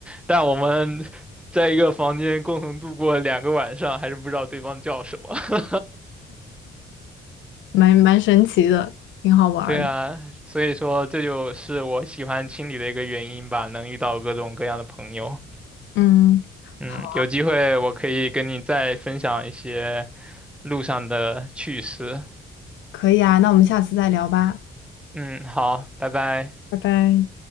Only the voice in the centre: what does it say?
但我们 <laughs> 在一个房间共同度过两个晚上，还是不知道对方叫什么。<laughs>
对啊，所以说这就是我喜欢青旅的一个原因吧，能遇到各种各样的朋友。
嗯，
有机会我可以跟你再分享一些路上的趣事。
嗯，好，拜拜。